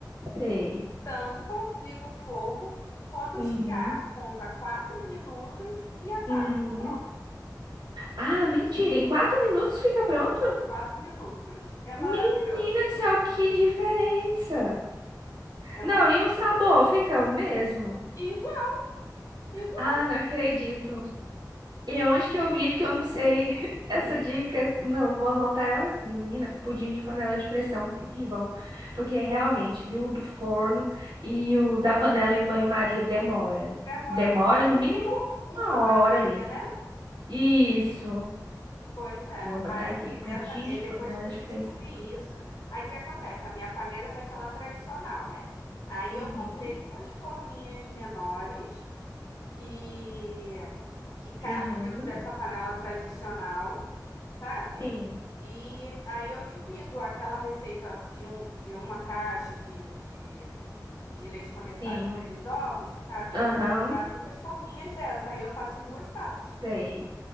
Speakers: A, on the right; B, on the left.
A: sei.
B: Tampa, liga o fogo. Quando
A: Uhum,
B: chiar, conta quatro minutos e apaga.
A: uhum.
B: Tá pronto.
A: Ah, mentira, em quatro minutos fica pronto?
B: Quatro minutos. É maravilhoso.
A: Menina do céu, que diferença!
B: É
A: Não,
B: mar...
A: e o sabor fica o mesmo?
B: Igual, igual.
A: Ah, não acredito. E
B: E
A: onde que eu vivo que eu não sei <laughs> essa dica? Não, vou anotar ela aqui, menina. Pudim de panela de pressão, tudo de bom. Porque realmente, viu, o do forno e o da panela em banho-maria demora.
B: demora
A: Demora
B: no
A: no
B: mínimo
A: mínimo
B: uma
A: uma hora
B: hora e meia,
A: ali.
B: né?
A: Isso.
B: Pois é.
A: Vou anotar
B: Aí
A: aqui. Pudim
B: essa, é,
A: de
B: depois
A: panela
B: que eu
A: de
B: descobri
A: pressão.
B: isso, aí o que acontece? A minha panela é daquela tradicional, né? Aí
A: Uhum.
B: eu comprei duas forminhas menores que que cabem
A: Aham.
B: dentro dessa panela tradicional, sabe?
A: Sim.
B: E aí eu divido aquela receita de, um, de uma caixa de, de de leite condensado
A: Sim.
B: e três ovos, cabe
A: Aham.
B: a duas forminhas dessa. Aí eu faço em duas partes.
A: Sei.